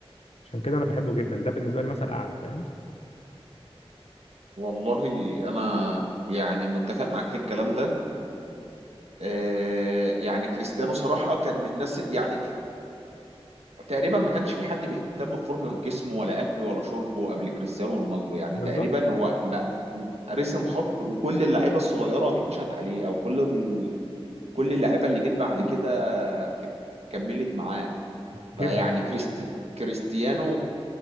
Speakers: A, on the left (about 75°); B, on the right (about 80°).
A: عشان كده انا بحبه جدا ده بالنسبه لي مثل اعلى فاهم
B: والله انا يعني متفق معاك في الكلام ده آه، يعني كريستيانو صراحة كان من الناس يعني تقريبا ما كانش في حد بيهتم بفورمة جسمه ولا أكله ولا شربه قبل كريستيانو رونالدو يعني
A: بالظبط
B: تقريبا هو بقى رسم خط وكل اللعيبة الصغيرة مشت عليه أو كل ال- كل اللعيبة اللي جت بعد كده ك- كملت معاه
A: جدا
B: فيعني كريستي كريستيانو